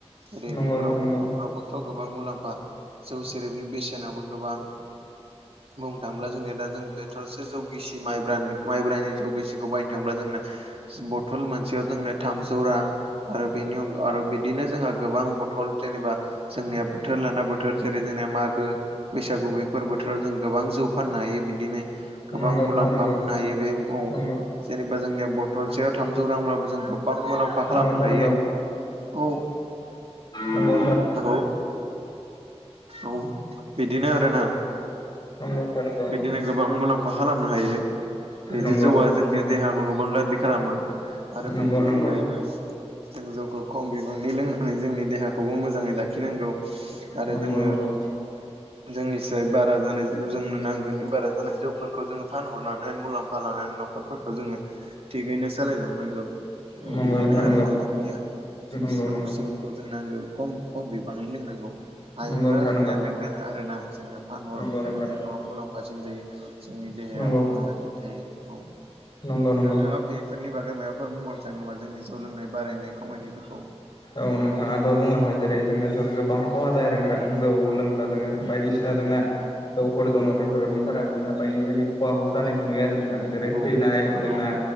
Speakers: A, on the right; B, on the left.
A: जेरै
B: नंगौ
A: बेफोरावबो
B: नोंथां नंगौ
A: बेफोरावबोथ' गोबां मुलाम्फा जौ सेरेफनि बेसेनाबो गोबां बुंनो थाङोला जों जोंनिया दा जों बथलसे जौ गिसि माइब्रा माइब्रानि जौगिसिखौ बायनो थाङोब्ला जोंना बथल मोनसेयाव जोंनो थामजौ रां आरो बेनि अनगा आरो बिदिनो जोंहा गोबां बथल जेनेबा जोंनिया बोथोर लाना बोथोर जेरै जोंनिया मागो बैसागु बेफोर बोथोराव जों गोबां जौ फाननो हायो बिदिनो
B: नंगौ
A: गोबां मुलाम्फा
B: नोंथां नंगौ
A: मोननो हायो बे औ
B: नंगौ
A: जेनेबा जोंनिया बथलसेयाव थामजौ रांब्लाबो जों गोबां मुलाम्फा खालामनो
B: नंगौ नोंथां
A: हायो
B: नंगौ
A: औ
B: नंगौ
A: औ औ बिदिनो आरोना
B: <unintelligible>
A: बिदिनो गोबां मुलाम्फा खालामनो हायो बिदि
B: नंगौ
A: जौआ जोंनि देहाखौ गोबां गाज्रि खालामो आरो
B: नंगौ
A: बेनि
B: नोंथां नंगौ
A: अनगायैबो जों जौखौ खम बिबांनि लोंनानै जोंनि देहाखौबो मोजाङै लाखिनांगौ आरो
B: नंगौ
A: जोङो
B: नंगौ
A: जोंनिसाय बारा जानाय जोंनो नांगौनि बारा जानाय जौफोरखौ जोङो फानहरनानै मुलाम्फा फा लानानै न'खरफोरखौ जोङो थिगैनो सालायलांनांगौ।
B: नंगौ
A: औ बिदिनो
B: नंगौ नोंथां नंगौ
A: आरोना जोंनिया
B: नंगौ
A: जौ
B: नंगौ
A: खौ जोंना लोंनांगौ खम खम बिबाङैनो लोंनांगौ हायोब्ला
B: नंगौ नोंथां
A: जोंनिया
B: नंगौ
A: लोंनाङा आरोना जोङो फानहरब्ला
B: नंगौ नोंथां
A: जोङो
B: नंगौ
A: गोबां मुलाम्फासिन जायो जोंनि देहायाबो
B: नंगौ
A: मोजाङैनो थायो। औ
B: नंगौ नंगौ
A: नोंथाङा बेफोरनि बागै माबाफोर बुंबावनो सानो नामा जोंनि जौ लोंनाय बारायनाय खमायनायफोरखौ?
B: औ नोंथाङाथ' बुंलांबाय जेरै जोंनाथ' गोबां खहा जाया आरो नोंथां जौ लोंब्ला जोङो बायदिसि दा जोंना जौफोर दङ बेफोरनि थाखायबो जोंना बायदि बायदि खवा ह जानायखौ नुयो आरो जेरै
A: औ
B: थैनाय
A: नंगौ
B: जोंना